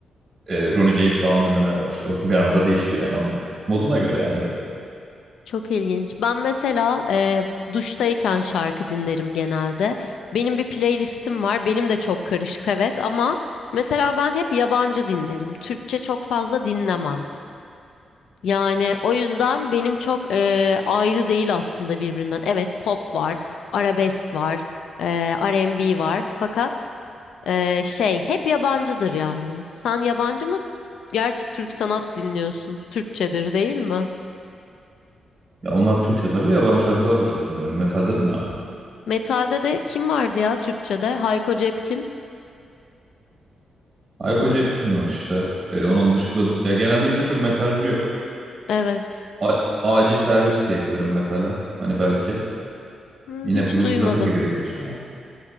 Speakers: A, on the right; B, on the left.
A: Ee, Ronnie James falan dinlemeye başladım. <laughs> Bir anda değişiyor yani anlık. Moduna göre yani evet.
B: Çok ilginç. Ben mesela e, duştayken şarkı dinlerim genelde. Benim bir playlistim var. Benim de çok karışık evet ama mesela ben hep yabancı dinlerim. Türkçe çok fazla dinlemem. Yani o yüzden benim çok eee, ayrı değil aslında birbirinden. Evet pop var, arabesk var, eee R&B var. Fakat eee, şey hep yabancıdır yani. Sen yabancı mı? Gerçi Türk sanat dinliyorsun. Türkçedir değil mi?
A: Ya onlar Türkçe tabii de yabancı şarkılar da çok dinliyorum. Metal dedim ya.
B: Metalde de kim vardı ya Türkçede? Hayko Cepkin.
A: Ayko
B: Bun
A: Cepkin var işte. Ee, onun dışında ya genelde bizde çok metalci yok.
B: evet.
A: A- acil servis diyebilirim metale. Hani belki.
B: Hı,
A: Yine
B: hiç
A: blues
B: duymadım.
A: rock'a giriyor gerçi ama.